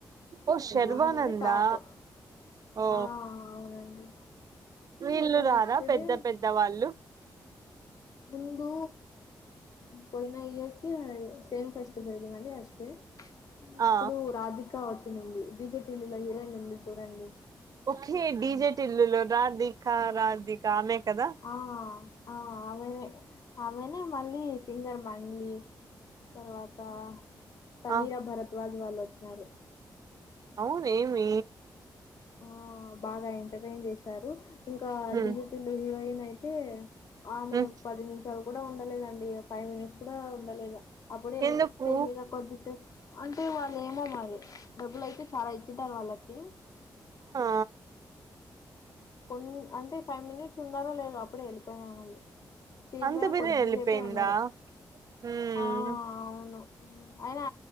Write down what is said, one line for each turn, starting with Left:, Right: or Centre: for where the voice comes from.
Right: ఓ శర్వానందా
Left: శర్వానంద్ అని టాప్
Right: ఓ
Left: ఆ అవునండి
Right: వీళ్ళు
Left: ఇంకా
Right: రారా
Left: నెక్స్ట్
Right: పెద్ద
Left: డే
Right: పెద్ద వాళ్ళు
Left: ముందు పోయిన ఇయర్ కి సేమ్ ఫెస్ట్ జరిగిదండి అశ్వ్ హ్మ్
Right: ఆ
Left: అప్పుడు రాధిక వచ్చిందండి డీజే టిల్లు హీరోయిన్ ఉంది చూడండి
Right: ఒకే డీజేటిల్లులో రాధిక రాధిక ఆమె కదా
Left: ఆ ఆ ఆమె ఆమెనే మళ్ళీ సింగర్ మంగ్లి తర్వాత సమీరా
Right: ఆ
Left: భరద్వాజ్ వాళ్ళు వచ్చరు
Right: అవును ఏమి
Left: ఆ బాగా ఎంటర్టైన్ చేశారు ఇంకా
Right: హ్మ్
Left: డీజే టిల్లు హీరోయిన్ అయితే ఆమె
Right: హ్మ్
Left: పది నిమిషాలు కూడా ఉండలేదండి ఫైవ్ మినిట్స్ కూడా ఉండలేదు అప్పుడే
Right: ఎందుకు
Left: స్టేజ్ మీద కొద్దిసే అంటే వాళ్ళు ఏమో మ డబ్బులు అయితే చాలా ఇచ్చింటారు వాళ్ళకి
Right: ఆ
Left: కొన్ అంటే ఫైవ్ మినిట్స్ ఉన్నారో లేదో అప్పుడే వెళ్ళిపోయినరు మళ్ళీ స్టేజి
Right: అంత
Left: పైన
Right: బిర్యం
Left: కొద్దిసేపే
Right: వెళ్ళిపోయిందా
Left: ఉన్నారు
Right: హ్మ్
Left: ఆ అవును అయినా